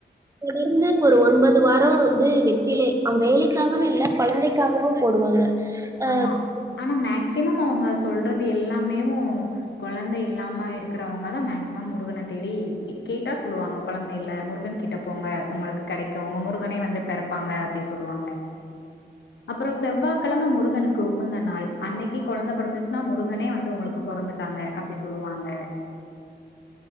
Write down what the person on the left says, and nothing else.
ஆமா ஆனா மேக்சிமம் அவுங்க சொல்றது எல்லாமேவு கொழந்தை இல்லாம இருக்குறவங்கதா மேக்சிமம் முருகன தேடி கேட்டா சொல்லுவாங்க கொழந்த இல்ல முருகன் கிட்ட போங்க உங்களுக்கு கெடைக்கு உங்க முருகனே வந்து பெறப்பாங்க அப்டி சொல்வாங்க அப்றோ செவ்வாகெழம முருக னுக்கு உகந்த நாள் அன்னைக்கு கொழந்த பெறந்துச்ன்னா முருகனே வந்து உங்களுக்கு பொறந்துட்டாங்க அப்டி சொல்லுவாங்க